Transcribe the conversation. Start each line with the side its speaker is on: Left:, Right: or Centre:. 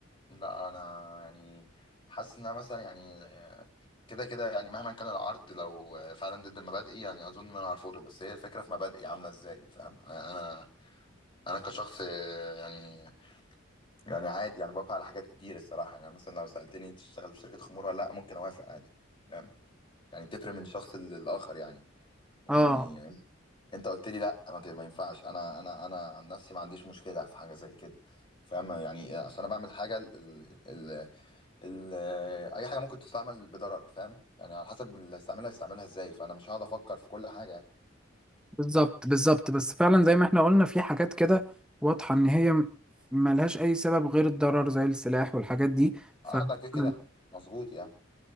Left: لا انا يعني حاسس ان أنا مثلا يعني آه، كده كده يعني مهما كان العرض لو آه، فعلا ضد مبادئي يعني اظن ان انا هرفضه بس هي الفكرة في مبادئي عاملة ازاي فاهم يعني انا انا كشخص آه، يعني يعني عادي يعني بوافق على حاجات كتير الصراحة يعني مثلا لو سألتني انت تشتغل في شركة خمور ولا لا ممكن اوافق عادي فاهم يعني بتفرق من شخص للآخر يعني يعني
Centre: اه
Left: انت قلت لي لا ما ت- ما ينفعش انا انا انا عن نفسي ما عنديش مشكله في حاجه زي كده فاهم يعني عشان انا بعمل حاجه ال ال ال اي حاجه ممكن تستعمل بضرر فاهم يعني على حسب اللي هيستعملها هيستعملها ازاي فانا مش هقعد افكر في كل حاجه
Centre: بالظبط بالظبط بس فعلا زي ما احنا قلنا في حاجات كده واضحة ان هي م- ملهاش اي سبب غير الضرر زي السلاح والحاجات دي
Left: قاعد
Centre: ف <laughs>
Left: كده كده مظبوط يعني